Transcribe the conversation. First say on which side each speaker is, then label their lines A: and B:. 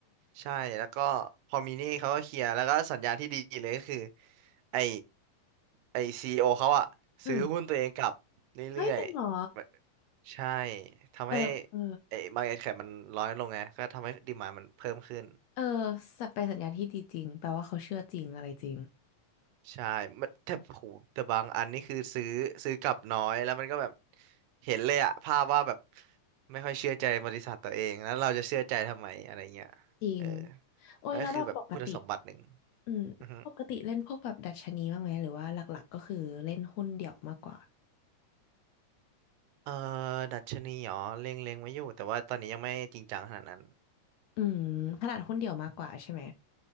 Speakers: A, on the right; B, on the left.
A: ใช่ แล้วก็พอมีหนี้เขาก็เคลียร์แล้วก็สัญญาณที่ดีเลยก็คือ ไอ้ไอ้ซีอีโอเขาอะซื้อหุ้นตัวเองกลับเรื่อย
B: อืมเฮ้ยจริงเหรอ
A: ๆ ใช่ทำให้
B: เออเออ
A: ไอ้บาง์อกแคปมันน้อยลงไงก็ทำให้ดีมานมันเพิ่มขึ้น
B: เออสัเป็นสัญญาณที่ดีจริงแปลว่าเขาเชื่อจริงอะไรจริง
A: ใช่มันแต่โหแต่บางอันนี่คือซื้อซื้อกลับน้อยแล้วมันก็แบบเห็นเลยอะภาพว่าแบบไม่ค่อยเชื่อใจบริษัทตัวเองแล้วเราจะเชื่อใจทำไมอะไรเงี้ย
B: จริง
A: เออ
B: โอ้ยแล้วแบบปกติ
A: มันก็คือแบบคุณสมบัติหนึ่ง
B: อืมปกติเล่นพวกแบบดัชนีบ้างไหมหรือว่าหลักๆก็คือเล่นหุ้นเดี่ยวมากกว่า
A: อือฮึเออดัชนีเหรอเล็งๆไว้อยู่แต่ว่าตอนนี้ยังไม่จริงจังขนาดนั้น
B: อืมถนัดหุ้นเดี่ยวมากกว่าใช่ไหม